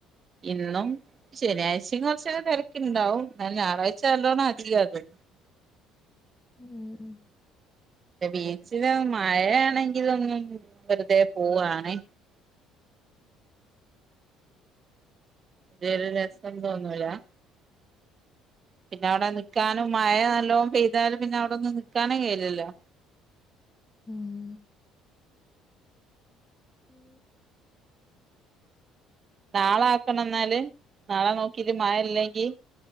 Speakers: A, on the right (about 35°); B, on the left (about 25°).
A: ഇന്നും ശനിയഴ്ചയും കൊർച്ചക്കെ തെരക്കുണ്ടാവും എന്നാ ഞായറാഴ്ച അല്ലോണം <unintelligible>
B: ഉം ഉം
A: ബീച്ചില് മഴയാണെങ്കിലൊന്നും വെറുതെ പോവാണ് <unintelligible> ഒരു രസം തോന്നൂലാ പിന്നെ അവിടെ നിക്കാനും മഴ നല്ലോം പെയ്താലും പിന്നെ അവിടൊന്നും നിൽക്കാനും കയില്ലല്ലോ
B: ഉം ഉം
A: നാളെ ആക്കണംന്നാല് നാളെ നോക്കീട്ട് മഴ ഇല്ലെങ്കി